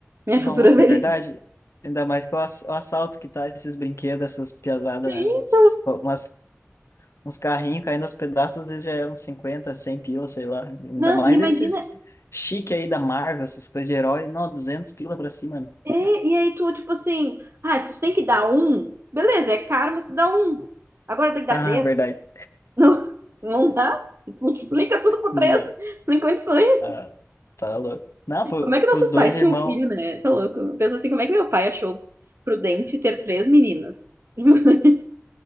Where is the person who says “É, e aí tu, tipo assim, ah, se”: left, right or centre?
Right